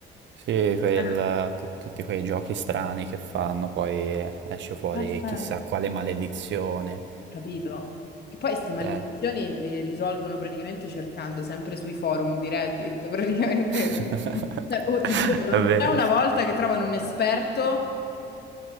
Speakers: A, on the right (about 65°); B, on the left (about 55°).
A: Sì, quel-
B: Eh,
A: tu- tutti quei giochi strani che fanno, poi esce fuori
B: non ha senso.
A: chissà quale maledizione.
B: Eh, capito? Che poi queste maledizioni
A: Eh.
B: le risolvono praticamente cercando sempre sui forum di Reddit, <laughs> praticamente.
A: <laughs>
B: Cioè, oh, ti giuro, non
A: È vero.
B: c'è una volta che trovano un esperto,